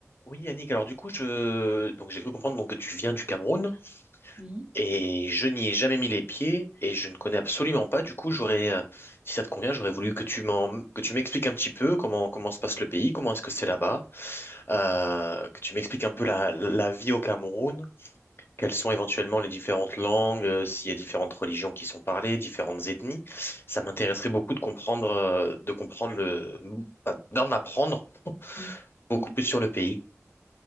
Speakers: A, on the left (about 45°); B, on the right (about 25°).
A: Oui, Yannick, alors du coup, je... donc, j'ai cru comprendre donc, que tu viens du Cameroun
B: Oui.
A: et je n'y ai jamais mis les pieds et je ne connais absolument pas. Du coup, j'aurais, euh, si ça te convient, j'aurais voulu que tu m'en... que tu m'expliques un petit peu comment, comment se passe le pays, comment est-ce que c'est là-bas, euh, que tu m'expliques un peu la, la vie au Cameroun, quelles sont éventuellement les différentes langues, euh, s'il y a différentes religions qui sont parlées, différentes ethnies. Ça m'intéresserait beaucoup de comprendre, euh, de comprendre le... enfin, d'en apprendre
B: Mhm.
A: beaucoup
B: Mhm.
A: plus sur le pays.